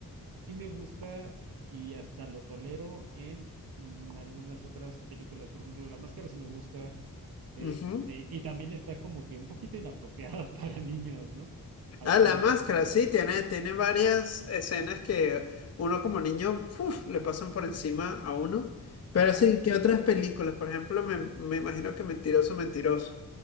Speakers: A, on the right (about 90°); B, on the left (about 45°).
A: sí me gusta y hasta lo tolero en mm, algunas otras películas. Por ejemplo, la máscara sí me gusta. Este,
B: Ujú.
A: y también está como que un poquito inapropiada <laughs> para niños, ¿no? Hablando
B: Ah, La
A: de
B: Máscara,
A: películas.
B: sí, tiene, tiene varias escenas que uno como niño uf, le pasan por encima a uno. Pero
A: Ajá.
B: sí, ¿qué otras películas? Por ejemplo, me, me imagino que Mentiroso, Mentiroso.